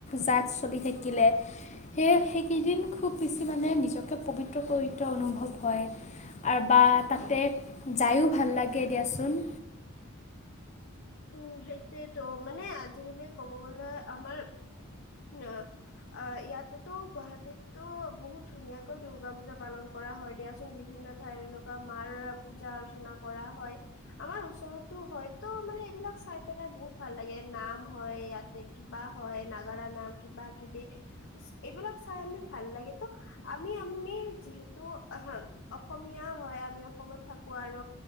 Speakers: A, on the left; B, on the left.
A: তাত চলি থাকিলে। সেয়ে সেইকেইদিন খুব বেছি মানে নিজকে পবিত্ৰ পবিত্ৰ অনুভৱ হয়। বা তাতে যায়ো ভাল লাগে দিয়াচোন
B: <inaudible> উম, সেইটোয়েতো, মানে আজিকালি ক'ব গলে আমাৰ ন অ, ইয়াতেতো, গুৱাহাটীতো বহুত ধুনীয়াকৈ দুৰ্গা পুজা পালন কৰা হয় দিয়াচোন। বিভিন্ন বিভিন্ন ঠাই এনেকুৱা মাৰ পূজা অৰ্চনা কৰা হয়। আমাৰ ওচৰতো হয়তো মানে এইবিলাক চাই পেলাই বহুত ভাল লাগে। নাম হয়, ইয়াতে কিবা হয় নাগাৰা নাম কিবাকিবি এইবিলাক চাই আমি ভাল লাগে তো, আমি-আমি যিহেতু আহা অসম অসমীয়া হয়। আমি অসমত থাকো আৰু